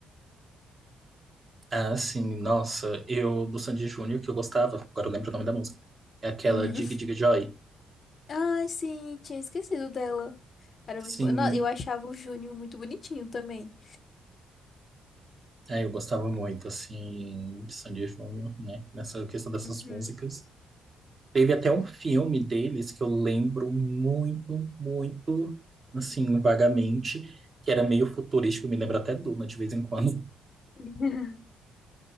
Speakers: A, on the right (about 30°); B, on the left (about 50°).
A: Ah, sim, nossa, eu do Sandy Júnior que eu gostava, agora eu lembro o nome da música. É aquela
B: Uhum.
A: Dig Dig Joy.
B: Ai, sim, tinha esquecido dela. Era muito
A: Sim,
B: bom. Eu achava o Júnior muito bonitinho também.
A: é, eu gostava muito, assim, de Sandy Júnior, né? Nessa questão dessas
B: Uhum.
A: músicas. Teve até um filme deles que eu lembro muito, muito, assim, vagamente, que era meio futurístico, me lembra até Duna de vez em quando.
B: <laughs>